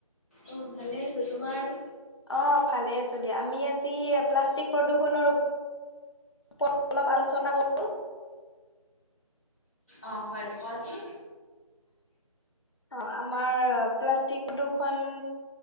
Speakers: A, on the left; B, on the left.
A: অ ভালে আছো তোমাৰ?
B: অ ভালে আ দিয়া আমি আজি প্লাষ্টিক প্ৰদূষণৰ ওপৰত অলপ আলোচনা কৰোঁ।
A: অঁ হয় কোৱাচোন।
B: অ আমাৰ প্লাষ্টিক প্ৰদূৰ্ষণ